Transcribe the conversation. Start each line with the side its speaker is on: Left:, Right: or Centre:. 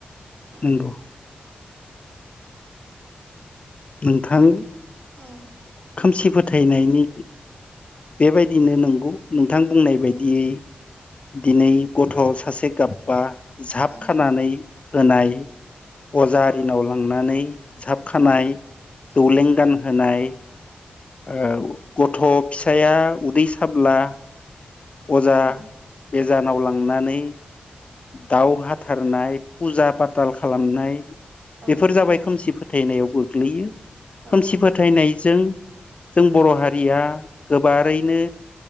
Right: औ।
Left: नंगौ नोंथां
Right: औ
Left: खोमसि फोथायनायनि बेबायदिनो नंगौ नोंथां बुंनाय बायदियै
Right: औ
Left: दिनै गथ सासे गाबबा जाब
Right: औ
Left: खानानै होनाय अजा आरिनाव लांनानै जाबखानाय दौलें
Right: औ।
Left: गानहोनाय ओ गथ‌ फिसाया उदै साब्ला अजा
Right: औ
Left: बेजानाव लांनानै दाव हाथारनाय फुजा पाताल खालामनाय
Right: औ
Left: बेफोर जाबाय
Right: नंगौ।
Left: खोमसि फोथायनायाव गोग्लैयो
Right: औ
Left: खोमसि
Right: नंगौ
Left: फोथायनायजों जों बर हारिया गोबारैनो